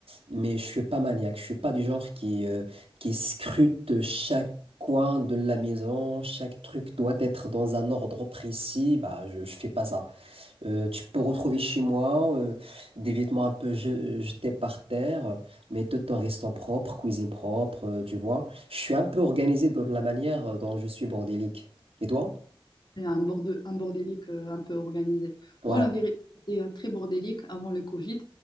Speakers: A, on the right; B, on the left.
A: mais je suis pas maniaque, je suis pas du genre qui, euh, qui scrute chaque coin de la maison, chaque truc doit être dans un ordre précis, bah je, je fais pas ça. Euh, tu peux retrouver chez moi euh, des vêtements un peu je- jetés par terre, mais tout en restant propre, cuisine propre, euh, tu vois. Je suis un peu organisé dans la manière dont je suis bordélique. Et toi?
B: C'est un borde- un bordélique euh, un peu organisé.
A: Ouais.
B: Moi, la vérité, c'était euh, très bordélique avant le Covid,